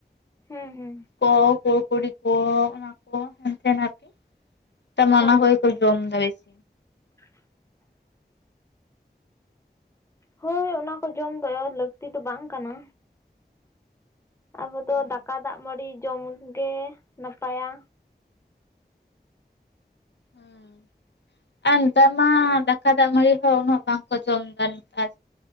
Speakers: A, on the left; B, on the left.
A: ᱦᱩᱸ ᱦᱩᱸ
B: ᱠᱚ ᱠᱩᱲ ᱠᱩᱲᱤ ᱠᱚ ᱚᱱᱟ ᱠᱚ ᱦᱮᱱᱛᱮ ᱱᱟᱛᱮ ᱱᱮᱛᱟᱨ ᱢᱟ
A: ᱦᱳᱭ
B: ᱚᱱᱟ ᱠᱚᱜᱮ ᱠᱚ ᱡᱚᱢᱫᱟ ᱵᱮᱥᱤ
A: <inaudible> ᱦᱳᱭ ᱚᱱᱟ ᱠᱚ ᱡᱚᱢ ᱫᱚ ᱞᱟᱹᱠᱛᱤ ᱫᱚ ᱵᱟᱝ ᱠᱟᱱᱟ ᱟᱵᱚᱫᱚ
B: ᱦᱩᱸ
A: ᱫᱟᱠᱟ ᱫᱟᱜ ᱢᱟᱹᱲᱤ ᱡᱚᱢᱜᱮ ᱱᱟᱯᱟᱭᱟ
B: ᱦᱮᱸ ᱟᱨ ᱱᱮᱛᱟᱨ ᱢᱟ ᱫᱟᱠᱟ ᱫᱟᱜ ᱢᱟᱹᱲᱤ ᱦᱚᱸ ᱩᱱᱟᱹᱜ ᱵᱟᱠᱚ ᱡᱚᱢ ᱫᱟ ᱱᱮᱛᱟᱨ